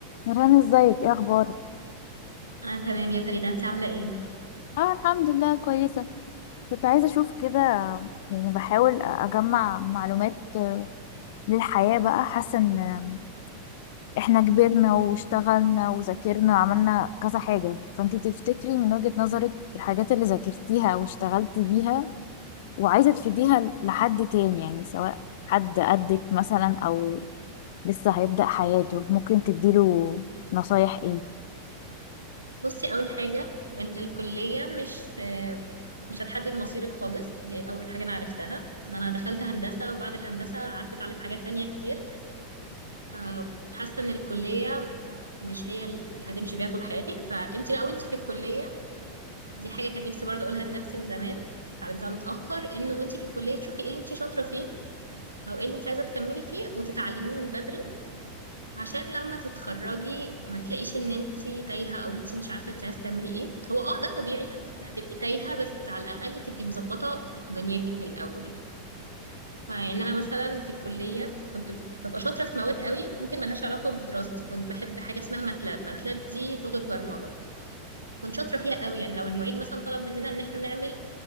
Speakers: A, on the left (about 50°); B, on the right (about 80°).
A: نوران ازيك ايه اخبارك
B: آه تمام يا فريدة انت عاملة ايه؟
A: اه الحمد لله كويسه كنت عايزه اشوف كده يعني بحاول اجمع معلومات للحياه بقى حاسه ان احنا كبرنا واشتغلنا وذاكرنا وعملنا كذا حاجه فانتي تفتكري من وجهه نظرك الحاجات اللي ذاكرتيها واشتغلتي بيها وعايزه تفيديها لحد تاني يعني سواء حد قدك مثلا او لسه هيبدأ حياته ممكن تديله نصايح ايه
B: بصي اول حاجة ان الكلية مش مش هتحدد مصيرك خالص دي اول حاجة انا عرفتها ان انا دخلت هندسة وبعد الهندسة قعدت اتعلم حاجات تانية كتير فحاسة ان الكلية مش هي اللي هتمشي بيها طول حياتك فانت بقى وانت في الكلية دي حاجة كان نفسي برضه اقولها لنفسي من زمان بس اتعلمتها متأخر انه وانت في الكلية تشوفي ايه اللي انت شاطرة فيه او ايه اللي انت عايزة تكملي فيه وتتعلميه من بدري عشان لما تتخرجي ما تلاقيش ان انتي تايهة او انتي مش عارفة انتي عايزة تعملي ايه هو اه ده طبيعي هتبقي تايهة بس على الاقل تبقي مظبطة دنيتك من الاول يعني فيعني انا مثلا في الكلية كنت ببقى شاطرة في مواد قوي ممكن ملهاش علاقة بدراستي كنت بحب حاجة اسمها ماتلاب ماتلاب دي لغة برمجة كنت شاطرة فيها قوي يعني لو المعيد مثلا طلب مننا ان احنا نعمل